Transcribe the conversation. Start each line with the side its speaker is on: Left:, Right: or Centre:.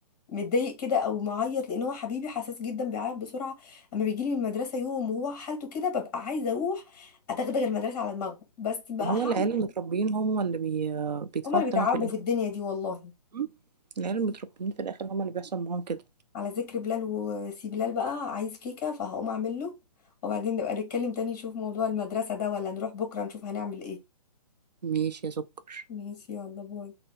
Left: متضايق كده او معيط لان هو حبيبي حساس جدا بيعيط بسرعه اما بيجي لي من المدرسه يوم وهو حالته كده ببقى عايزه اروح اتغدغ المدرسه على دماغه بس بقى
Right: ما هو
Left: هعمل
Right: العيال المتربيين
Left: ايه
Right: هم اللي بي... بيدفعوا
Left: هما اللي
Right: الثمن
Left: بيتعبوا
Right: في الاخر
Left: في الدنيا دي والله
Right: م? العيال المتربيين في الاخر هم اللي بيحصل معاهم كده
Left: على ذكر بلال وسي بلال بقى عايز كيكة فهقوم اعمل له وبعدين نبقى نتكلم تاني نشوف موضوع المدرسة ده ولا نروح بكرة نشوف هنعمل ايه
Right: ماشي يا سكر
Left: ماشي يلا باي